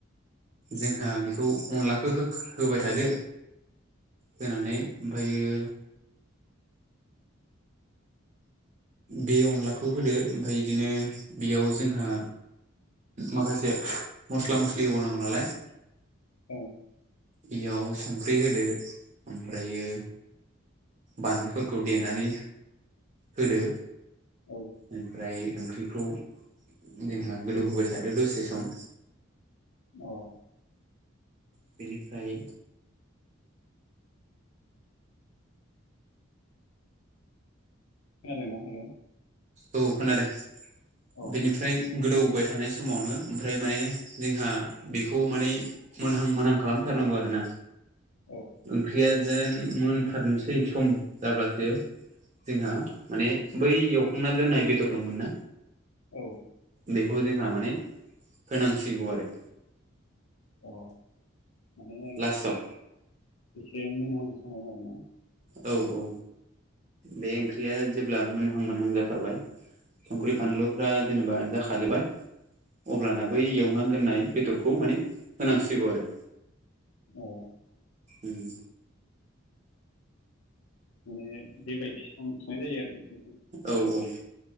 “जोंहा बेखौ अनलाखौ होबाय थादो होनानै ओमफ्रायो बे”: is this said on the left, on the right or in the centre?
Right